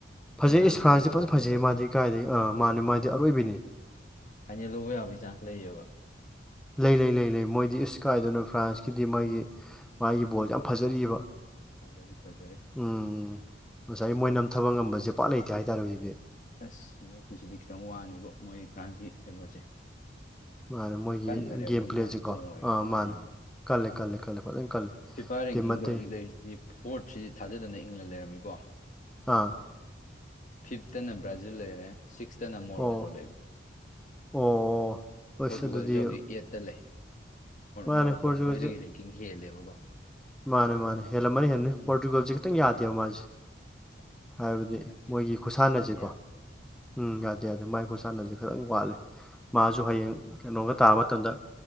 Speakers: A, on the left (about 45°); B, in the centre.
A: ꯑꯁꯤ
B: ꯐꯖꯩ
A: ꯉꯔꯥꯡꯗ
B: ꯏꯁ ꯐ꯭ꯔꯥꯟꯁꯇꯤ
A: ꯃꯣꯏꯅ ꯐ꯭ꯔꯥꯟꯁꯇ
B: ꯐꯖ ꯐꯖꯩ
A: ꯇꯧꯔꯤꯁꯦ
B: ꯃꯥꯗꯤ ꯀꯥꯏꯗꯒꯤ
A: ꯐ꯭ꯔꯥꯟꯁꯇ
B: ꯑꯥ ꯃꯥꯅꯦ
A: ꯐꯖ
B: ꯃꯥꯗꯤ ꯑꯔꯣꯏꯕꯤꯅꯤ
A: ꯐ ꯐ ꯍꯥꯏꯅ ꯂꯧꯕ ꯌꯥꯕꯒꯤ ꯆꯥꯟꯁ ꯂꯩꯌꯦꯕ
B: ꯂꯩ ꯂꯩ ꯂꯩ ꯂꯩ ꯃꯣꯏꯗꯤ ꯏꯁ ꯀꯥꯏꯗꯅ ꯐ꯭ꯔꯥꯟꯁꯀꯤꯗꯤ ꯃꯥꯒꯤ ꯃꯥꯒꯤ ꯕꯣꯜꯁꯦ ꯌꯥꯝ ꯐꯖꯔꯤꯕ
A: ꯐꯖꯔꯤ ꯐꯖꯔꯤ
B: ꯎꯝ ꯉꯁꯥꯏ ꯃꯣꯏ ꯅꯝꯊꯕ ꯉꯝꯕꯁꯦ ꯄꯥꯛ ꯂꯩꯇꯦ ꯍꯥꯏꯇꯥꯔꯦ ꯍꯧꯖꯤꯛꯤ
A: ꯑꯁ ꯍꯟꯗꯛꯀꯤꯁꯤꯗꯤ ꯈꯤꯇꯪ ꯋꯥꯅꯤꯕ ꯃꯣꯏ ꯐ꯭ꯔꯥꯟꯁꯀꯤ ꯀꯩꯅꯣꯁꯦ
B: ꯃꯥꯅꯦ ꯃꯣꯏꯒꯤ
A: ꯀꯟꯈꯔꯦ
B: ꯒꯦꯝ
A: ꯃꯣꯏꯁꯦ
B: ꯄ꯭ꯂꯦꯁꯤꯀꯣ
A: ꯌꯥꯝ ꯏꯁꯇꯣꯡ ꯑꯣꯏꯈꯔꯦ
B: ꯑꯥ ꯃꯥꯅꯦ
A: ꯎꯝ
B: ꯀꯜꯂꯦ ꯀꯜꯂꯦ ꯀꯜꯂꯦ ꯐꯖꯅ ꯀꯜꯂꯦ
A: ꯐꯤꯐꯥ ꯔꯦꯡꯀꯤꯡꯗ
B: ꯇꯤꯝ ꯑꯇꯩ
A: ꯍꯧꯖꯤꯛ ꯂꯩꯔꯤꯁꯤꯗꯤ ꯐꯣꯔꯠꯁꯤꯗꯤ ꯊꯥꯖꯗꯅ ꯏꯪꯂ ꯂꯩꯔꯝꯃꯤꯀꯣ
B: ꯑꯥ
A: ꯐꯤꯞꯇꯅ ꯕ꯭ꯔꯥꯖꯤꯜ ꯂꯩꯔꯦ ꯁꯤꯛꯁꯇꯅ ꯃꯣꯔꯣꯀꯣ
B: ꯑꯣ
A: ꯂꯩꯔꯦ
B: ꯑꯣ ꯑꯁ
A: ꯄꯣꯔꯇꯨꯒꯜꯁꯤ
B: ꯑꯗꯨꯗꯤ
A: ꯍꯧꯖꯤꯛ ꯌꯦꯠꯇ ꯂꯩ
B: ꯃꯥꯅꯦ
A: ꯃꯣꯔꯣꯛꯀꯣꯅ
B: ꯄꯣꯔꯇꯨꯒꯜꯁꯦ
A: ꯃꯣꯏꯗꯒꯤ ꯔꯦꯡꯀꯤꯡ ꯍꯦꯜꯂꯦꯕꯀꯣ
B: ꯃꯥꯅꯦ ꯃꯥꯅꯦ ꯍꯦꯂꯅꯤ ꯍꯦꯔꯅꯤ
A: ꯎꯝ
B: ꯄꯣꯇꯨꯒꯜ ꯈꯈꯤꯇꯪ ꯌꯥꯗꯧ ꯃꯥꯁꯦ
A: ꯈꯤꯇꯪ ꯃꯣꯏ ꯈꯤꯇꯪ
B: ꯍꯥꯏꯕꯗꯤ
A: ꯍꯟꯗꯛꯁꯤ
B: ꯃꯣꯏꯒꯤ
A: ꯃꯣꯏꯁꯦ
B: ꯈꯨꯁꯥꯟꯅꯁꯤꯀꯣ
A: ꯈꯤꯇꯪ ꯌꯥꯗ꯭ꯔꯦ
B: ꯎꯝ ꯌꯥꯗꯦ ꯌꯥꯗꯦ ꯃꯥꯏ ꯈꯨꯣꯏꯠ ꯁꯥꯟꯅꯁꯦ ꯈꯤꯇꯪ ꯋꯥꯠꯂꯦ ꯃꯥꯁꯨ ꯍꯌꯦꯡ ꯀꯩꯅꯣꯒ ꯇꯥꯕ ꯃꯇꯝꯗ